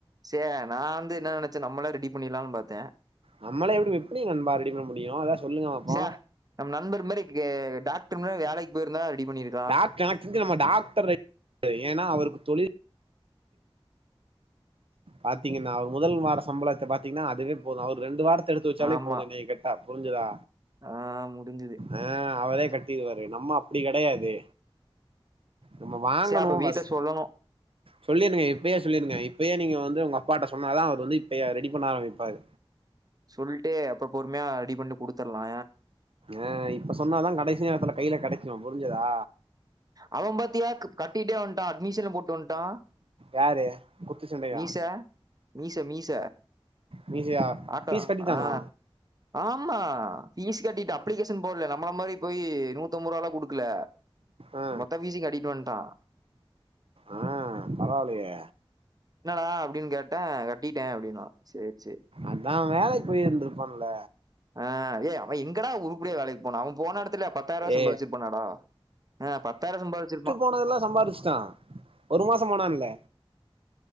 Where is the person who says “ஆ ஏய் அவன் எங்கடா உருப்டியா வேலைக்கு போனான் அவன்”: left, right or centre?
Right